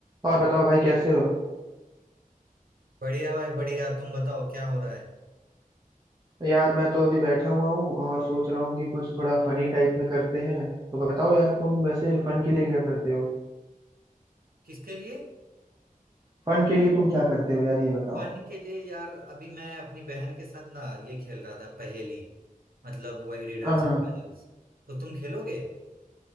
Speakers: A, on the right (about 30°); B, on the right (about 85°).
A: और बताओ भाई कैसे हो
B: बढ़िया भाई बढ़िया तुम बताओ क्या हो रहा है
A: यार मैं तो अभी बैठा हुआ हूँ और सोच रहा हूँ कि कुछ थोड़ा फनी टाइप में करते हैं तो बताओ यार तुम वैसे फन के लिए क्या करते हो
B: किसके लिए
A: फन के लिए तुम क्या करते हो यार ये बताओ
B: पानी के लिए यार अभी मैं अपनी बहन के साथ ना ये खेल रहा था पहेली मतलब वही रिडल्स
A: हाँ हाँ
B: एंड पजल्स तो तुम खेलोगे